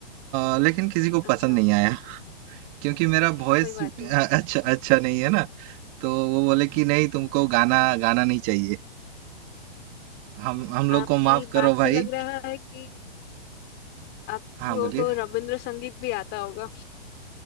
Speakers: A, on the right; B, on the left.
A: अ, लेकिन किसी को
B: अच्छा
A: पसंद नहीं आया क्योंकि मेरा वॉइस
B: कोई बात नहीं
A: अच्छा अच्छा नहीं है ना तो वो बोले कि नहीं तुमको गाना गाना नहीं चाहिए हम हम लोग
B: आपकी
A: को माफ करो
B: बात से
A: भाई
B: लग रहा है कि आप
A: हाँ
B: लोगों
A: बोलिए
B: को रविंद्र संगीत भी आता होगा